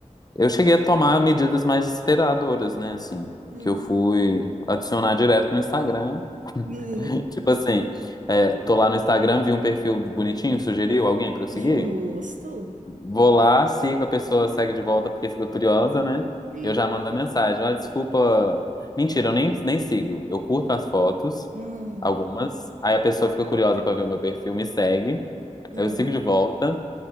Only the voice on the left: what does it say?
Eu cheguei a tomar medidas mais desesperadoras, né? Assim,
que eu fui adicionar direto no Instagram.
<laughs> Tipo assim, é, tô lá no Instagram, vi um perfil bonitinho, sugeriu alguém pra eu seguir?
Vou lá, sigo, a pessoa segue de volta porque fica curiosa, né?
Eu já mando a mensagem. Ah, desculpa. Mentira, eu nem, nem sigo. Eu curto as fotos,
algumas. Aí a pessoa fica
curiosa pra ver o meu perfil, me segue.
Eu sigo de volta.